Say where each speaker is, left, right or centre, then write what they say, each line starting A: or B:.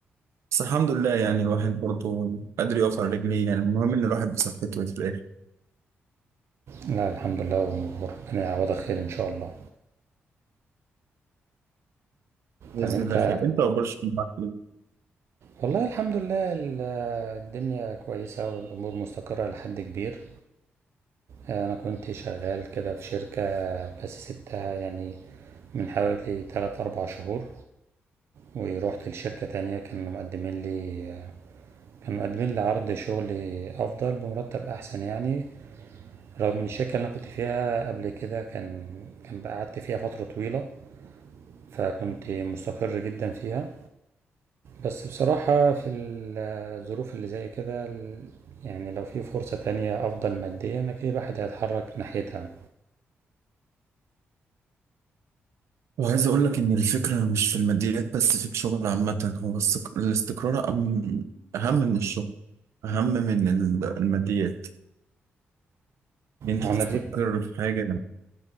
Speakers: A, on the right; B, on the right.
A: بس الحمد لله يعني الواحد برضه قادر يقف على رجليه يعني المهم إن الواحد بصحته في الآخر
B: لا الحمد لله وربنا يعوضك خير إن شاء الله
A: بإذن
B: طب أنت
A: الله خير أنت أخبار الشغل معاك إيه؟
B: والله الحمد لله ال- الدنيا كويسة والأمور مستقرة لحد كبير أنا كنت شغال كده في شركة بس سبتها يعني من حوالي تلات أربع شهور ورحت لشركة تانية كانوا مقدمين لي كانوا مقدمين لي عرض شغل أفضل بمرتب أحسن يعني رغم ان الشركة اللي انا كنت فيها قبل كده كان كان بقى قعدت فيها فترة طويلة فكنت مستقر جدا فيها بس بصراحة في ال- الظروف اللي زي كده ال- يعني لو في فرصة تانية أفضل ماديا أكيد الواحد هيتحرك ناحيتها
A: وعايز أقول لك إن الفكرة مش في الماديات بس في الشغل عامة هو السك- الاستقرار أم- أهم من الشغل أهم من ال- الماديات إن أنت
B: ما هو
A: تستقر
B: أنا دي
A: في حاجة